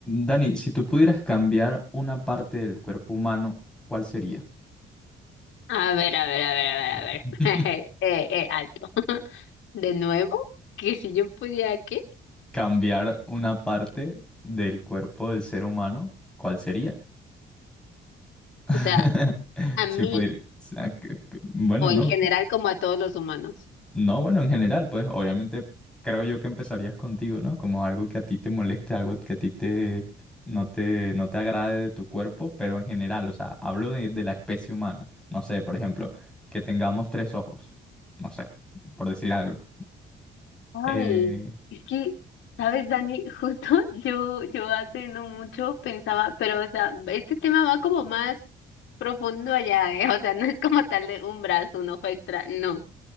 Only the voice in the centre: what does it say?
Dani, si tú pudieras cambiar una parte del cuerpo humano, ¿cuál sería?
<laughs>
Cambiar una parte del cuerpo del ser humano, ¿cuál sería? <laughs>
Si
pudiera, o sea, que- que- bueno,
no,
No, bueno, en general, pues obviamente creo yo que empezarías contigo, ¿no? Como algo que a ti te moleste, algo que a ti te no te no te agrade de tu cuerpo, pero en general, o sea, hablo de, de la especie humana. No sé, por ejemplo, que tengamos tres ojos, no sé, por decir algo.
Eh,